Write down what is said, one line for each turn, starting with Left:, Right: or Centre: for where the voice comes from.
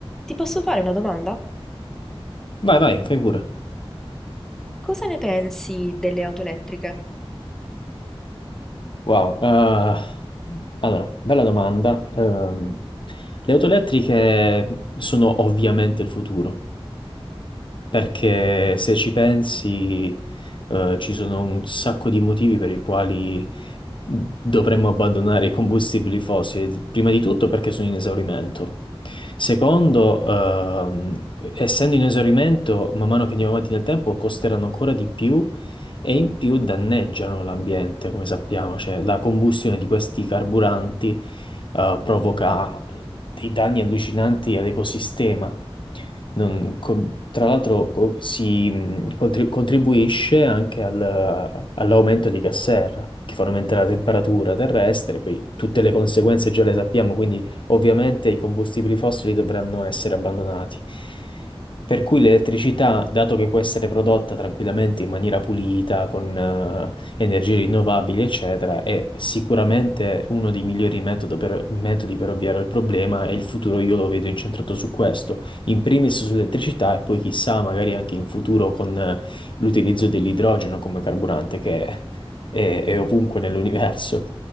Centre: Ti posso fare una domanda?
Left: Vai, vai, fai pure.
Centre: Cosa ne pensi delle auto elettriche?
Left: Wow, eh, allora, bella domanda. Ehm, le auto elettriche sono ovviamente il futuro, Perché se ci pensi, eh, ci sono un sacco di motivi per i quali dovremmo abbandonare i combustibili fossili. Prima di tutto perché sono in esaurimento. Secondo, ehm, essendo in esaurimento, man mano che andiamo avanti nel tempo, costeranno ancora di più e in più danneggiano l'ambiente, come sappiamo. Cioè, la combustione di questi carburanti, eh, provoca dei danni allucinanti all'ecosistema. Non- con- tra l'altro co- si mh, contri- contribuisce anche al- all'aumento di gas serra, che fa aumentare la temperatura terrestre, poi tutte le conseguenze già le sappiamo, quindi ovviamente i combustibili fossili dovranno essere abbandonati. Per cui l'elettricità, dato che può essere prodotta tranquillamente in maniera pulita, con eh, energie rinnovabili, eccetera, è sicuramente uno dei migliori metodo per- metodi per ovviare al problema e il futuro io lo vedo incentrato su questo in primis sull'elettricità e poi chissà, magari anche in futuro con eh, l'utilizzo dell'idrogeno come carburante che è, è- è ovunque nell'universo.